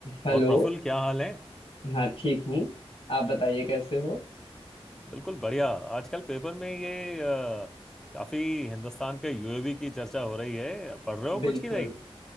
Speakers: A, on the left; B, in the centre.
A: Hello
B: और प्रफुल्ल क्या हाल है
A: हाँ ठीक हूँ आप बताइए कैसे हो
B: बिल्कुल बढ़िया आजकल पेपर में ये अ, काफी हिंदुस्तान के यूएवी की चर्चा हो रही है पढ़ रहे हो
A: बिल्कुल
B: कुछ की नहीं